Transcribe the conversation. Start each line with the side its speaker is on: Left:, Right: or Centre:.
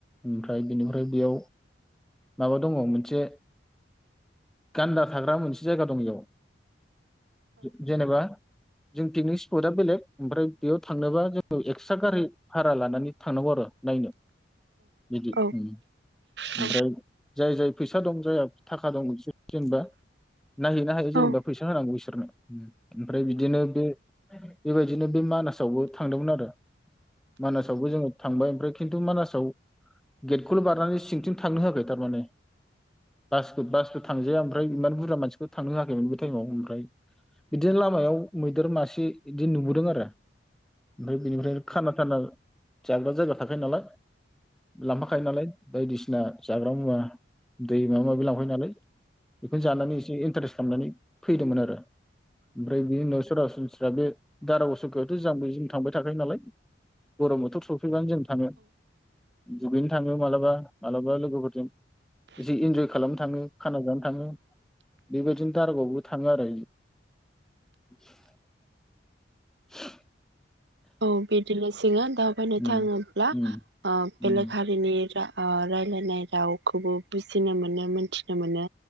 Centre: ओमफ्राय बेनिफ्राय बेयाव माबा दङ मोनसे गान्दा थाग्रा मोनसे जायगा दं बेयाव <inaudible> जेनेबा जों पिकनिक स्पटआ बेलेग ओमफ्राय। बेयाव थांनोबा जोङो एक्सट्रा गारि भारा लानानै थांनांगौ आरो नायनो। बिदि
Right: औ
Centre: उम ओमफ्राय
Right: औ
Centre: जाय जाय फैसा दं जाया थाख खा दं जेनेबा नायहैनो हायो जेनेबा।
Right: औ
Centre: फैसा होनांगौ बिसोरनो। ओमफ्राय बिदिनो बे बेबायदिनो बे मानासावबो थांदोंमोन आरो। मानासावबो जोङो थांबाय ओमफ्राय खिन्थु मानासाव गेटखौल बारनानै सिंथिं थांनो हो आखै थारमाने बासकु बासकु थांजाया ओमफ्राय इमान बुरजा मानसिखौ थांनो होआखैमोन बे थायेमाव ओमफ्राय बिदिनो लामायाव मैदेर मासे इदि नुबोदों आरो ओमफ्राय बेनिफ्राय खाना थाना जाग्रा जायगा थाखायो नालाय लांफाखायो नालाय बायदिसिना जाग्रा मुवा दै माबा माबि लांफायो नालाय बेखौनो जानानै एसे इन्टारेस्ट खालामनानै फैदोंमोन आरो ओफ्राय बे उनाव सुरा सुन दा बे दारा असकियाथ जाम बे जों थांबाय थाखायो नालाय गरम बोथोर सफैबानो जों थानो दुगैनो थाङो मालाबा मालाबा लोगोफोरजों एसे इन्जय खालामनो थाङो खाना जानो थाङो बेबादिनो दार गाव बबो थाङो आरो <unintelligible>
Right: औ बिदिलसै जोङो दावबायनो
Centre: उम
Right: थाङोब्ला
Centre: उम उम
Right: बेलेग हारिनि ओ रायलायनाय रावखौबो बुजिनो मोनो मोन्थिनो मोनो